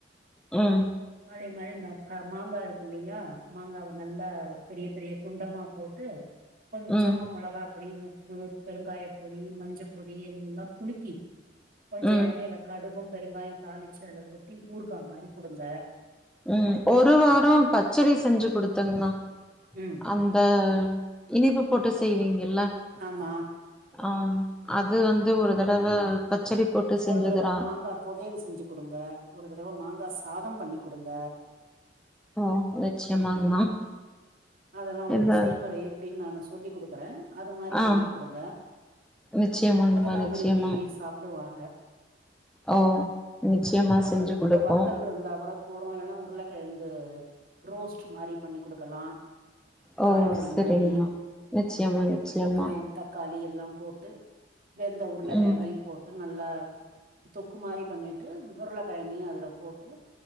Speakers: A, in the centre; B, on the right.
A: ம்
B: அதே மாரி இந்த க மாங்கா இருக்கு இல்லயா மாங்காவ நல்லா பெரிய பெரிய துண்டமா போட்டு கொஞ்சமா
A: ம்
B: மொளகா பொடி உப்பு பெருங்காயப் பொடி மஞ்சப் பொடி எல்லா குலுக்கி கொஞ்சோ
A: ம்
B: எண்ணெய்ல கடுகும் பெருங்காயோ தாளிச்சி அல்ல கொட்டி ஊற்கா மாரி குடுங்க
A: ம் ஒரு வாரோ பச்சரி செஞ்சு குடுத்தங்மா
B: ம்
A: அந்த இனிப்பு போட்டு செய்வீங்கெல்ல
B: ஆமா
A: ஆ அது வந்து ஒரு தடவ பச்சரி போட்டு செஞ்சதுரா
B: ஒரு தடவ மாங்கா தொகையல் செஞ்சு குடுங்க ஒரு தடவ மாங்கா சாதம் பண்ணி குடுங்க
A: ஆ நிச்சயமாங்மா
B: அதல்லா உங்களுக்கு
A: இந்த
B: செய்முறை எப்டின் நானு சொல்லி குடுக்குறே அது மாரி
A: ஆ
B: பண்ணி குடுங்க
A: நிச்சயமாங்கமா
B: அதெல்லா
A: நிச்சயமா.
B: விரும்பி சாப்டுவாங்க
A: ஓ! நிச்சயமா
B: அதுக்கு
A: செஞ்சு
B: தொட்டுக்க
A: குடுப்போம்.
B: வத்தல் இருந்தா கூட போறு இல்லன்னா உர்ளக்கெழங்கு ரோஸ்ட்டு மாரி பண்ணி குடுக்கலா
A: ஓ!
B: காரக்கறி
A: சரிங்கம்மா.
B: மாரி
A: நிச்சயமா, நிச்சயமா.
B: வெங்காயம் தக் காளி எல்லா போட்டு வெந்த உர்ளக்கெழங்கயு
A: ம்.
B: போட்டு நல்ல தொக்கு மாரி பண்ணிட்டு உர்ளக்கெழங்கையு அதுல போட்டு